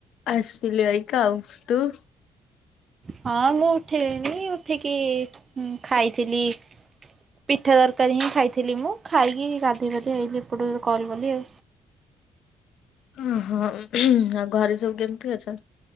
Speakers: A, on the left; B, on the right.
A: ଆସିଲି ଅଇକା, ଆଉ ତୁ?
B: ହଁ ମୁଁ ଉଠିଲିଣିି, ଉଠିକି ଖାଇଥିଲି ପିଠା ତରକାରୀ ହିଁ ଖାଇଥିଲି ମୁଁ, ଖାଇକି ଗାଧେଇ ପାଧେଇ ଆଇଲିି ଏପଟୁକୁ ତତେ କଲ କଲି ଆଉ।
A: ଓହୋ, ଆଉ ଘରେ ସବୁ କେମିତି ଅଛ?